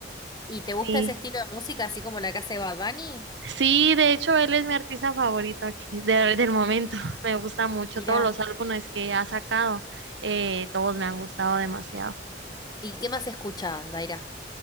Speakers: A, on the left (about 25°); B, on the right (about 85°).
A: ¿Y te gusta
B: Sí,
A: ese estilo de música, así como la que hace Bad Bunny?
B: sí, de hecho él es mi artista favorito aquí de- del momento, <laughs> me gusta mucho
A: Mira.
B: todos los álbumes que ha sacado, eh, todos me han gustado demasiado.
A: ¿Y qué más escuchás, Daira?